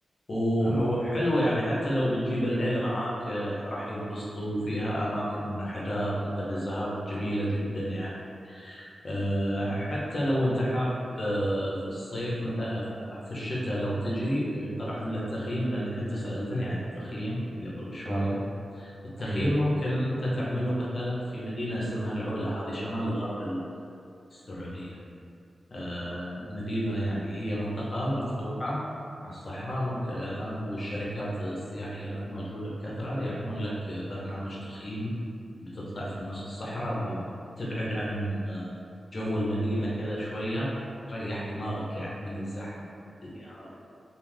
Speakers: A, on the left; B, on the right.
A: وح-
B: اه
A: وحلوة يعني حتى لو بتجيب العيلة معاك آه، راح ينبسطوا وفيها أماكن حدائق ومتنزهات جميلة جدا يعني آه، حتى لو انت حاب آه، في الصيف مثلا في الشتاء لو تجي آه، طبعا للتخييم لانك انت سالتني عن التخييم قبل شويه
B: اه
A: التخييم
B: ايوه
A: ممكن انت تعمله مثلا في مدينه اسمها العلا هذه شمال غرب السعوديه آه، مدينة يعني هي منطقة مفتوحة على الصحراء ممكن الآن والشركات السياحية الآن موجودة بكثرة يعملون لك برنامج تخييم بتطلع في نص الصحراء ب- بتبعد عن آه، جو المدينة كذا شوية تريح دماغك يعني من الزحمة ومن الدنيا هذه